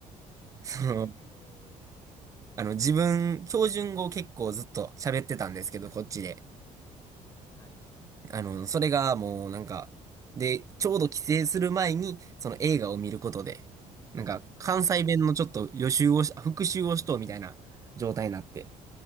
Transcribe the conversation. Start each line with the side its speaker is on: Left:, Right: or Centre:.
Right: その、
Left: えー。
Right: あの、自分、標準語を結構ずっと喋ってたんですけど、こっちで。
Left: はい。
Right: あの、それがもうなんか、で、ちょうど帰省する前に、その映画を見ることで、なんか関西弁のちょっと予習をし、
Left: はい。
Right: 復習をしとうみたいな状態になって、